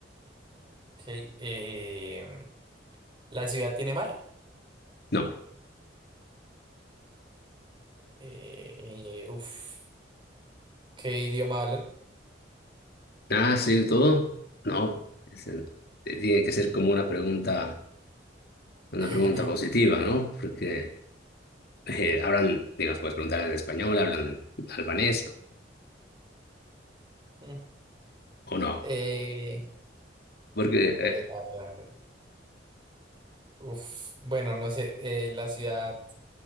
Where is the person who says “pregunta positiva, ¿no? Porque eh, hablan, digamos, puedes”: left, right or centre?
Left